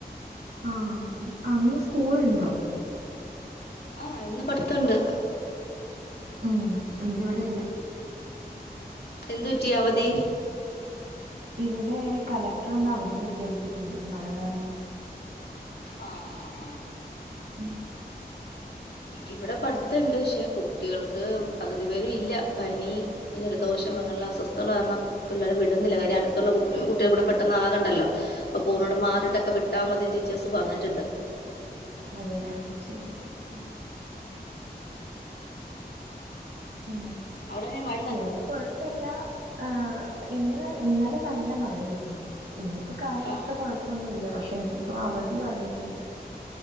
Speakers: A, on the right; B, on the left.
A: ആഹ് അന്ന് സ്കൂളുണ്ടോ?
B: ആഹ് ഇന്ന് പഠിത്തണ്ട്.
A: ഉം ഇന്നിവിടെ ഇല്ല.
B: എന്ത് പ‌റ്റി അവതി?
A: ഇവിടെ കലക്ടർന്ന് അവധി പ്രഖ്യാപിച്ചിട്ടുണ്ട്. മഴ കാരണം.
B: അ അ ആഹ്
A: ഉം
B: ഇവിടെ പഠിത്തണ്ട് ക്ഷെ കുട്ടികൾക്ക് പകുതി പേരും ഇല്ല പനി ഇലദോഷം അങ്ങനള്ള അസ്വസ്ഥത കാരണം പിള്ളേരെ വിടുന്നില്ല കാര്യ അടുത്തുള്ള കു കുട്ടിക കൂടെ പെട്ടെന്ന് ആകണ്ടല്ലോ. അപ്പ പൂർണോടെ മാറിട്ടക്കെ വിട്ടാ മതി ടീച്ചേഴ്സ് പറഞ്ഞിട്ടുണ്ട്.
A: അതെ ആഹ് ശരി ശരി ഉം
B: അവിടെങ്ങനെ മ
A: ഇവിടെ കുഴപ്പല്ല ആഹ് ഇന്ന് ഇന്നലെ നല്ല മഴയായിരുന്നു. ഇന്നിപ്പോ കാലാവസ്ഥ
B: ആഹ്
A: കൊഴപ്പൊന്നുല്ല പക്ഷെ ഇന്നിപ്പോ അവധി പറഞ്ഞിട്ടുണ്ട്.